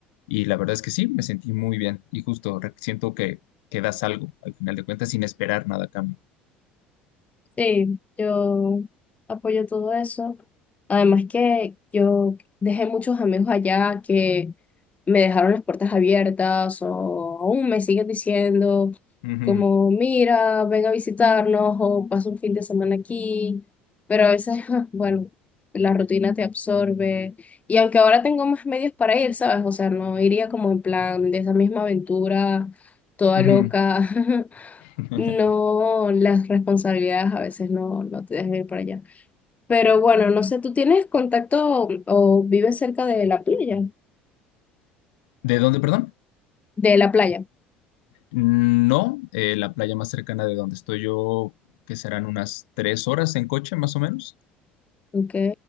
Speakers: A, on the left; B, on the left.
A: y la verdad es que sí, me sentí muy bien y justo re- siento que, que das algo al final de cuentas sin esperar nada a cambio.
B: Sí, yo apoyo todo eso. Además que yo dejé muchos amigos allá que me dejaron las puertas abiertas o aún me siguen diciendo
A: Ujú,
B: como, mira, ven a visitarnos o pasa un fin de semana aquí. Pero a veces, <laughs> bueno, la rutina te absorbe. Y aunque ahora tengo más medios para ir, ¿sabes? O sea, no iría como en plan de esa misma aventura toda
A: ujú.
B: loca. <laughs>
A: <laughs>
B: No, las responsabilidades a veces no, no te dejan ir para allá. Pero bueno, no sé, ¿tú tienes contacto o, o vives cerca de la playa?
A: ¿De dónde, perdón?
B: De la playa.
A: No, eh, la playa más cercana de donde estoy yo, que serán unas tres horas en coche más o menos.
B: Ok.